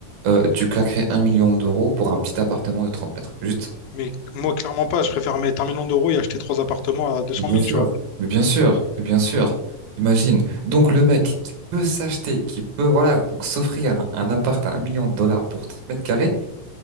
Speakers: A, on the right; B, on the left.
A: euh, tu claquerais un million d'euros pour un petit appartement de 30 mètres? Juste.
B: mais moi, clairement pas. Je préfère mettre un million d'euros et acheter trois appartements à deux
A: Mais
B: cent
A: Bien
B: mille
A: sûr.
B: tu vois.
A: Mais bien sûr, mais bien sûr. Imagine. Donc le mec qui peut s'acheter, qui peut, voilà, donc s'offrir un, un appart à un million de dollars pour 30 mètres carrés,